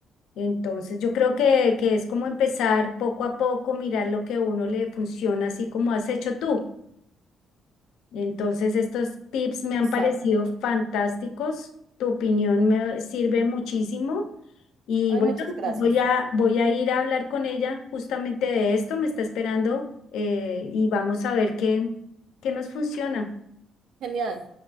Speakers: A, on the left; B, on the right.
A: Entonces, yo creo que, que es como empezar poco a poco, mirar lo que a uno le funciona, así como has hecho tú. Entonces, estos tips me
B: Exacto.
A: han parecido fantásticos. Tu opinión me sirve muchísimo. Y
B: Ay,
A: bueno,
B: muchas gracias.
A: voy a, voy a ir a hablar con ella justamente de esto. Me está esperando eh, y vamos a ver qué, qué nos funciona.
B: Genial.